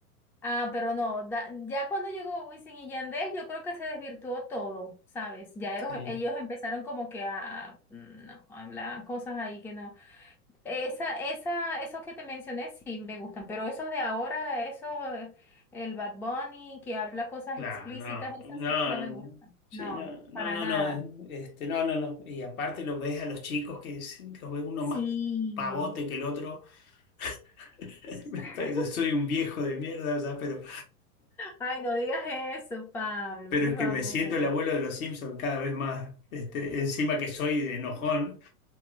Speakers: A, in the centre; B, on the left.
A: Ah, pero no, da- ya cuando llegó Wisin y Yandel, yo creo que se desvirtuó todo, ¿sabes? Ya
B: Sí,
A: eros- ellos empezaron como que a, mm, no, a hablar cosas ahí que no. Esa, esa, esos que te mencioné sí me gustan, pero esos de ahora, eso, eh, el Bad Bunny que habla cosas
B: claro,
A: explícitas,
B: no,
A: esas
B: no,
A: sí que no
B: no,
A: me gustan.
B: sí,
A: No,
B: no, no,
A: para
B: no,
A: nada.
B: no, este, no, no, no. Y aparte los ves a los chicos que es- los ves uno más
A: Sí.
B: pavote que el otro. <laughs>
A: <laughs>
B: Me parece- Yo soy un viejo de mierda, o sea, pero,
A: Ay, no digas eso, Pablo,
B: pero
A: por
B: es
A: favor.
B: que me siento el abuelo de los Simpson cada vez más, este, encima que soy de enojón,